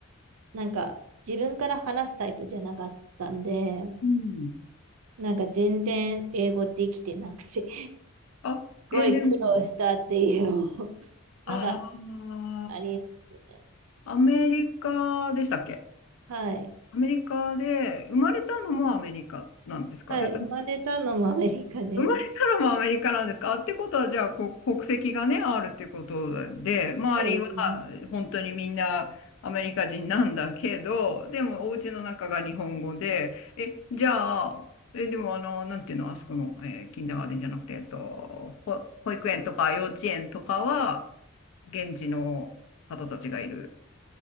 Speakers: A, on the right; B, on the left.
A: なんか、自分から話すタイプじゃなかったんで、
B: うん。
A: なんか全然英語できてなくて
B: あ、
A: ごい苦労したっていう
B: え、でも、
A: のが
B: あ
A: <laughs> ありますね。
B: あ、アメリカでしたっけ
A: はい。
B: アメリカで、生まれたのもアメリカなんですかそれとも
A: はい。生まれたのもアメリカで。
B: 生まれたのもアメリカなんですかってことは、じゃあ、こ、国籍がね、あるってことで、周りは
A: そうですね。
B: 本当にみんなアメリカ人なんだけど、でもお家の中が日本語で、え、じゃあ、え、でもあの、なんていうの、あそこの、えーキンダーガーデンじゃなくて、えっと、ほ保育園とか幼稚園とかは、現地の方たちがいる。